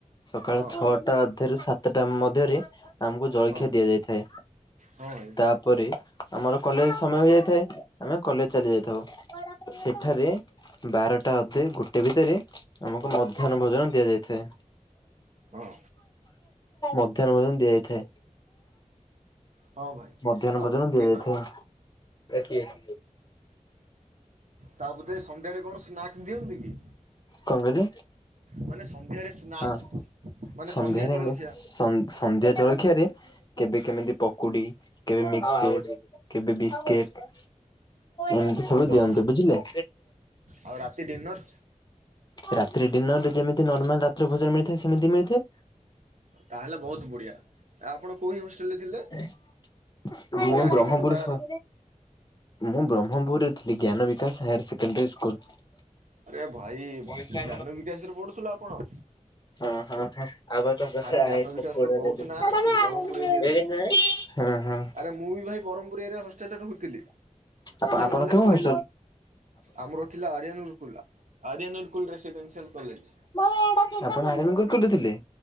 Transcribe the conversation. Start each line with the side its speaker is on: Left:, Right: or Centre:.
Left: ସକାଳ
Right: ହଁ
Left: ଛଅଟା ଅଧରୁ ସାତ ସାତ ଟା ମଧ୍ୟରେ ଆମକୁ ଜଳଖିଆ
Right: ହଁ
Left: ଦିଆଯାଇ ଥାଏ।
Right: ହଁ ଭାଇ
Left: ତାପରେ ଆମର କଲେଜ ସମୟ ହେଇ ଯାଇଥାଏ। ଆମେ କଲେଜ ଚାଲି ଯାଇଥାଉ। ସେଠାରେ ବାରଟା ଅଧେ ରୁ ଗୋଟେ ଭିତରେ ଆମକୁ ମଧ୍ୟାହ୍ନ ଭୋଜନ ଦିଆଯାଇଥାଏ।
Right: ହଁ
Left: ମଧ୍ୟାହ୍ନ ମଧ୍ୟ ଦିଆଯାଇଥାଏ।
Right: ହଁ ଭାଇ।
Left: ମଧ୍ୟାହ୍ନ
Right: ଆଉ
Left: ଭୋଜନ ଦିଆଯାଇଥାଏ।
Right: ଡିନର ତା ବଧେ ସନ୍ଧ୍ୟାରେ କଣ ସ୍ନାକ୍ସ ଦିଅନ୍ତି କି?
Left: କଣ କହିଲେ?
Right: ମାନେ ସନ୍ଧ୍ୟାରେ ସ୍ନାକ୍ସ
Left: ହଁ
Right: ମାନେ
Left: ସନ୍ଧ୍ୟାରେ
Right: ସନ୍ଧ୍ୟା ଜଳଖିଆ
Left: ଏମ ସନ୍ ସନ୍ଧ୍ୟା ଜଳଖିଆରେ କେବେ କେମିତି ପକୁଡି କେବେ ମିକ୍ଚେର।
Right: ହଁ ହଁ।
Left: କେବେ ବିସ୍କେଟ ଏମିତି ସବୁ ଦିଅନ୍ତି।
Right: ଆଉ
Left: ଏ ବୁଝିଲେ?
Right: ଆଉ ରାତି ଡିନର୍
Left: ରାତିରେ ଡିନରରେ ଯେମିତି ନର୍ମାଲ ରାତିରେ ଭୋଜନ ମିଳିଥାଏ ସେମିତି ମିଳିଥାଏ।
Right: ତାହେଲେ ବହୁତ ବଢ଼ିଆ। ଆପଣ କୋଉ ହଷ୍ଟେଲରେ ଥିଲେ?
Left: <unintelligible> ମେନ୍
Right: ନାଁ
Left: ବ୍ରହ୍ମପୁର
Right: ଠିକଣା ତାର?
Left: ସହ ମୁଁ ବ୍ରହ୍ମପୁରରେ ଥିଲି। ଜ୍ଞାନ ବିକାଶ ହାୟାର ସେକେଣ୍ଡାରୀ ସ୍କୁଲ।
Right: ଆରେ ଭାଇ
Left: ହଁ ହଁ
Right: ଜ୍ଞାନ ବିକାଶ ରେ ପଢୁଥିଲୁ ଆପଣ?
Left: ହଁ ହଁ
Right: ଆରେ ଜ୍ଞାନ ବିକାଶ
Left: ହଁ।
Right: ତ ବହୁତ ନାଁ ଅଛି
Left: ହଁ
Right: ବ୍ରହ୍ମପୁର ଏରିଆରେ।
Left: ହଁ।
Right: ଆରେ ମୁଁ ବି ଭାଇ ବ୍ରହ୍ମପୁରିଆ ଏରିଆରେ ହଷ୍ଟେଲରେ ରହୁଥିଲି।
Left: ଆ ଆପଣ
Right: କଲେଜ
Left: କେଉଁ
Right: କହିଲ?
Left: ହସ
Right: ଆମର ଥିଲା ଆରିଆନରୁକୁଲ Aryan Gurukul residential college.
Left: ଆପଣ ଆରାୟାନ ଗୁରୁକୁଲ୍ ରେ ଥିଲେ?